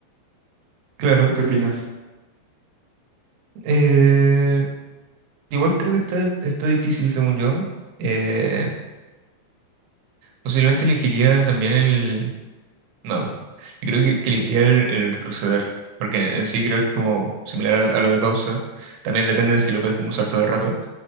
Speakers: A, on the right; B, on the right.
A: Claro.
B: ¿Tú qué opinas?
A: eh, igual creo que está, está difícil según yo. Eh, posiblemente elegiría también el... No, yo creo que, que elegiría el, el retroceder, porque en sí creo que es como similar al- a, lo de pausa, también depende de si lo puedes como usar todo el rato,